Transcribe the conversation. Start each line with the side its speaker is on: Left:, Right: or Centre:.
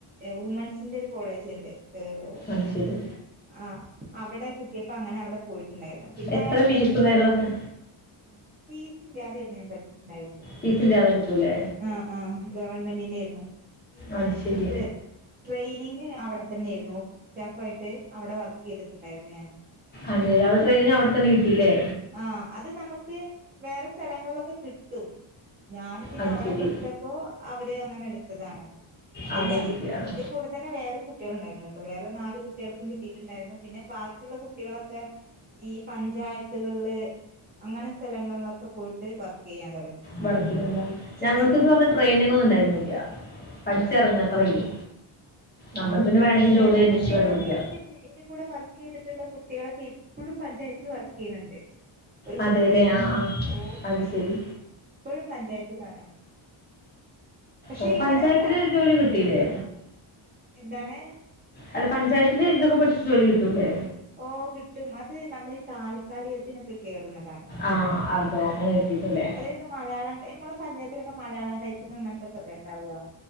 Right: വുമണ്സിന്റെ ഒരു കോളേജ് ഉണ്ട് ഏഹ്
Left: അത് ശരി
Right: ആ അവിടെ കിട്ടിയപ്പോ അങ്ങനെ അവിടെ പോയിട്ടുണ്ടായിരുന്നു പിന്നെ
Left: എത്ര
Right: ട്രെയിനിങ്ങും
Left: ഫീസും കാര്യങ്ങളൊക്കെ
Right: ഫീസ് ഇല്ലാതേരുന്നു ഞാൻ പഠിച്ചിട്ടുണ്ടായിരുന്നത്
Left: ഫീസില്ലാതെ കിട്ടുംല്ലെ
Right: ആഹ ആഹ ഗവൺമെന്റിന്റെ ഏരുന്നു പിന്നെ
Left: അത് ശരി
Right: ഇത് ട്രെയിനിങ് അവിടെ തന്നെയായിയിരുന്നു ഓഫീസ് സ്റ്റാഫ് ആയിട്ട് അവിടെ വർക്ക് ചെയ്തിട്ടുണ്ടായിരുന്നു ഞാന്
Left: അതെലെ അവ്ടെ ട്രെയിനിങ് അവ്ടെതന്നെ കിട്ടീല്ലേ
Right: ആ അത് നമുക്ക് വേറെ സ്ഥലങ്ങളിലൊക്കെ കിട്ടും ഞാന് പിന്നെ
Left: അത്
Right: അവിടെ
Left: ശരി
Right: കൊടുത്ത പ്പോ അവര് അങ്ങനെ എടുത്തതാണ് അത്
Left: അവിടെ
Right: ഞ
Left: കിട്ടിയാണ്
Right: ഇന്റെ കൂടെ തന്നെ വേറെം കുട്ട്യാളുണ്ടായിരുന്നുട്ടോ വേറെ നാല് കുട്ട്യാൾക്കും കിട്ടിയിട്ടുണ്ടായിരുന്നു പിന്നെ ബാക്കിയുള്ള കുട്ടികളൊക്കെ ഈ പഞ്ചായത്തുകളില് അങ്ങനെ സ്ഥലങ്ങളിലൊക്കെ പോയിട്ട് വർക്ക് ചെയ്യാൻ തുടങ്ങി
Left: വർക്ക്‌ ചെയിത്ണ്ടാവും
Right: ചിലരൊക്കെ
Left: ഞങ്ങൾക്ക്ന്ന് പറഞ്ഞ ട്രെയിനിങ് ഒന്നും ഇണ്ടായിരുന്നില്ല്യ പഠിച്ചിറെങ്ങ
Right: ആഹ്
Left: അത്രേ ഉള്ളൂ
Right: ആഹ്
Left: നമ്മൾ പിന്നെ വേണെങ്കിൽ
Right: ചില
Left: ജോലി അന്വേഷിച്ച്
Right: കുട്ടികളൊക്കെ
Left: കണ്ടുപിടിക്കുക
Right: ഇപ്പൊ ഇന്റെ കൂടെ വർക്ക് ചെയ്തിട്ടുള്ള കുട്ട്യാളൊക്കെ ഇപ്പഴും പഞ്ചായത്തിന് വർ ചെയ്യിന്ന്ണ്ട് ഒരു കുട്ടി
Left: അതെല്ലേ ആ ആ
Right: ഓഹ്
Left: അത് ശരി
Right: ഇപ്പൊഴും പഞ്ചായത്തിലാണ് പക്ഷെ
Left: ഓ
Right: ഇങ്ങനെ
Left: പഞ്ചായത്തില് ജോലി കിട്ടില്ലേ
Right: എന്താണ്
Left: അല്ല പഞ്ചായത്തില് ഇതൊക്കെ പഠിച്ച ജോലി കിട്ടുംല്ലേ
Right: ഓ കിട്ടും അത് നമ്മൾ ഈ താൽക്കാലികത്തിനൊക്കെ കേറുന്നതാണ്
Left: ആഹ് അതോ അങ്ങനെ കിട്ടീതല്ലേ
Right: ന്ന് മലയാളം ട്ട ഇമ്മളെ പഞ്ചായത്തിലൊക്കെ മലയാളം ടൈപ്പിംഗ് അങ്ങൻത്തൊക്കല്ലേ ഇണ്ടാവാ